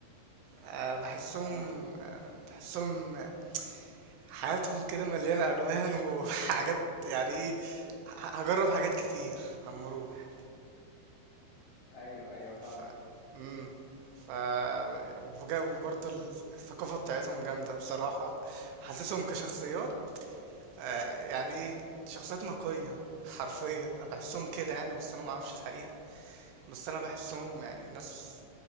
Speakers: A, on the right (about 80°); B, on the left (about 70°).
A: أه بحسهم
B: اشمعنى
A: أه بحسهم آه، حياتهم كده مليانة الوان <laughs> وحاجات يعني ايه ه- هجرب حاجات كتير لما اروح
B: ايوه ايوه فاهمك
A: ف مم. ف وبجا- وبرضه الثقافة بتاعتهم جامدة بصراحة حاسسهم كشخصيات آه، يعني ايه شخصيات نقية <laughs> حرفيا انا بحسهم كده يعني بس انا معرفش الحقيقة بس انا بحسهم يعني ناس